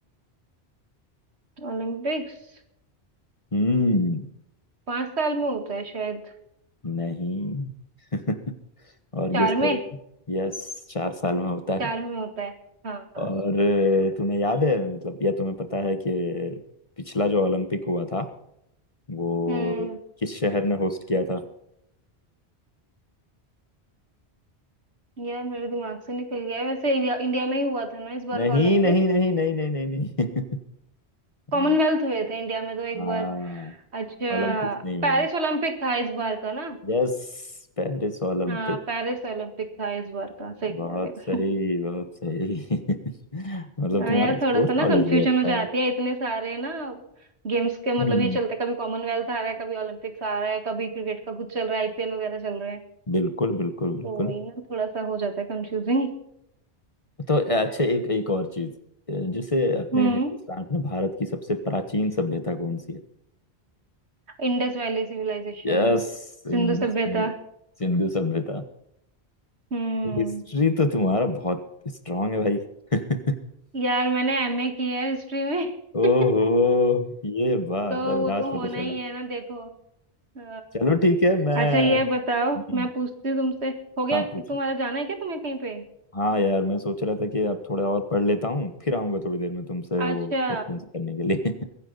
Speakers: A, on the right; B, on the left.
A: ओलंपिक्स
B: हम्म
A: पांच साल में होता है शायद
B: नहीं <laughs> और
A: चार
B: गेस
A: में
B: करो यस चार साल में होता
A: चार
B: है
A: में होता है हाँ हाँ।
B: और अ, तुम्हें याद है मतलब या तुम्हें पता है कि पिछला जो ओलंपिक हुआ था वो
A: हम्म
B: किस शहर ने होस्ट किया था
A: यार मेरे दिमाग से निकल गया है। वैसे इंडिया, इंडिया में ही हुआ था ना इस बार
B: नहीं
A: का ओलंपिक
B: नहीं नहीं नहीं नहीं नहीं नहीं <laughs>
A: कॉमनवेल्थ हुए थे इंडिया में तो एक
B: हाँ
A: बार अच्छा
B: ओलंपिक्स नहीं
A: पेरिस
B: हुए
A: ओलंपिक था इस बार का ना
B: Yes Paris Olympic
A: हाँ पेरिस ओलंपिक था इस बार का सही कह
B: बहुत
A: रहे
B: सही
A: हो
B: बहुत सही <laughs> मतलब
A: <laughs> हाँ,
B: तुम्हारा
A: यार
B: स्पोर्ट्स
A: थोड़ा सा ना
B: नॉलेज
A: कंफ्यूजन
B: भी अच्छा
A: हो जाती
B: है
A: है इतने सारे ना गेम्स के
B: हम्म
A: मतलब ये चलते कभी कॉमनवेल्थ आ रहा है कभी ओलंपिक्स आ रहा है कभी क्रिकेट का कुछ चल रहा है आईपीएल वगैरह चल रहे हैं
B: बिल्कुल बिल्कुल बिल्कुल
A: तो वही ना थोड़ा सा हो जाता है confusing
B: तो अच्छा एक एक और चीज जैसे अपने
A: Hmm
B: हिंदुस्तान में भारत की सबसे प्राचीन सभ्यता कौन सी है
A: Indus Valley civilisation
B: यस सिंधु
A: Sindhu सभ्यता
B: सिंधु सभ्यता
A: हम्म
B: हिस्ट्री तो तुम्हारा बहुत स्ट्रांग है भाई <laughs>
A: यार मैंने एमए किया है हिस्ट्री में
B: ओहो
A: <laughs>
B: ये बात
A: तो
B: अब
A: वो
B: राज
A: तो
B: पता
A: होना
B: चला
A: ही है ना देखो अ,
B: चलो ठीक है मैं
A: अच्छा ये बताओ
B: हम्म,
A: मैं पूछती हूँ तुमसे हो गया
B: हाँ पूछो
A: तुम्हारा जाना है क्या तुम्हें कहीं पे
B: हाँ यार मैं सोच रहा था कि अब थोड़ा और पढ़ लेता हूँ फिर आऊंगा थोड़ी देर में तुमसे वो
A: अच्छा
B: क्वेश्चंस करने के लिए